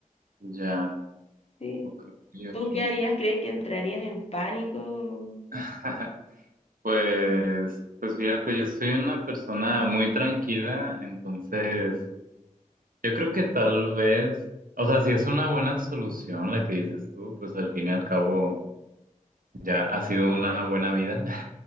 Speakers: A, on the right; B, on the left.
A: Ya,
B: ¿sí?
A: ok, ok.
B: ¿Tú qué harías? ¿Crees que entrarías en pánico?
A: <laughs> Pues, pues fíjate, yo soy una persona muy tranquila, entonces yo creo que tal vez, o sea, si es una buena solución la que dices tú, pues al fin y al cabo ya ha sido una buena vida.